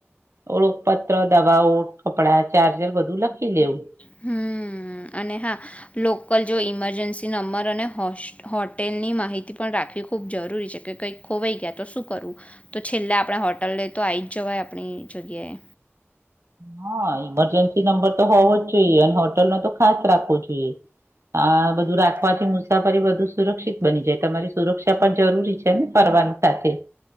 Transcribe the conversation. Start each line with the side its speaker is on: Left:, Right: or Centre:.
Right: ઓળખપત્ર દવાઓ કપડા ચાર્જર બધું લખી લેવું.
Left: હમ અને હા લોકલ જો ઈમરજન્સી નંબર અને હોસ હોટેલની માહિતી પણ રાખવી ખૂબ જરૂરી છે કે કંઈક ખોવાઈ ગયા તો શું કરવું તો છેલ્લા આપણે હોટલ લે તો આવી જ જવાય આપણી જગ્યાએ.
Right: હા. ઇમરજન્સી નંબર તો હોવો જ જોઈએ અને હોટેલનો તો ખાસ રાખવો જોઈએ આ બધું રાખવાથી મુસાફરી બધુ સુરક્ષિત બની જાય તમારી સુરક્ષા પણ જરૂરી છે ને ફરવાની સાથે.